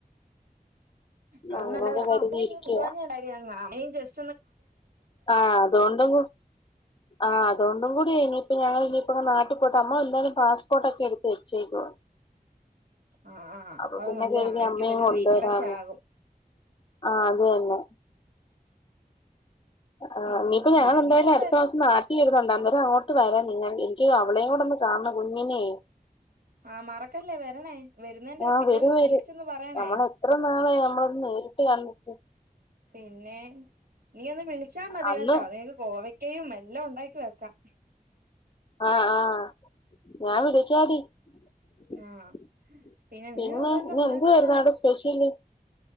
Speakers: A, on the right (about 70°); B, on the left (about 35°).
A: അത്
B: അങ്ങനൊക്കെ
A: നല്ലതാ. അപ്പ
B: കരുതിയിരിക്കുവാ
A: അമ്മയെയിങ്ങ് കൊണ്ട് വാഞ്ഞതെന്താടി അങ്ങ് അമ്മയും ജസ്
B: ആഹ് അതോണ്ടും കൂ ആഹ് അതുകൊണ്ടും കൂടിയാ ഇനിയിപ്പ ഞങ്ങളിനി ഇപ്പൊ ന്ന് നാട്ടിൽ പോയിട്ട് അമ്മ എന്തായാലും പാസ്പോർട്ട് ഒക്കെ എടുത്ത് വച്ചേക്കുവാ
A: ആഹ് ആഹ്
B: അപ്പൊ പിന്നെ
A: നല്ല
B: കര്തി
A: അമ്മയ്ക്ക്
B: അമ്മെം
A: ഒരു
B: കൊണ്ടുവരാന്ന്
A: റീഫ്രഷ് ആകും
B: ആഹ് അതന്നെ ആഹ്
A: പിന്നെ
B: ഇനിപ്പോ ഞാൻ എന്തായാലും
A: നീ അവിടെ
B: അട്ത്ത മാസം നാട്ട് <unintelligible> അന്നേരം അങ്ങോട്ട് വരാ നിങ്ങൾ ഇൻക്ക് അവളേകൂടെ ഒന്ന് കാണണം കുഞ്ഞിനേ
A: ആഹ് മറക്കല്ലേ
B: <inaudible>
A: വരണേ വരുന്നേന്റെ
B: ആഹ്
A: പിറ്റേന്ന്
B: വരും വരും
A: വിളിച്ചൊന്ന് പറയണേ
B: നമ്മള എത്ര നാളായി നമ്മളാെന്ന് നേരി ട്ട് കണ്ട്ട്ട്
A: പിന്നെ നീ ഒന്ന് വിളിച്ചാ മതി
B: അന്ന്
A: കേട്ടോ നിൻക്ക് ഗോവയ് ക്കയും എല്ലാം ഉണ്ടാക്കി വെക്കാം
B: ആഹ് ആഹ് ഞാൻ വിളിക്കാടീ <inaudible>
A: ആഹ്
B: പിന്നെ
A: നിനക്ക് അവിടെ വല്ലോം
B: ഇന്ന്
A: ഉണ്ടാക്കാൻ
B: എന്തുവായ്‌ര്ന്നു അവിടെ സ്പെഷ്യല് <inaudible>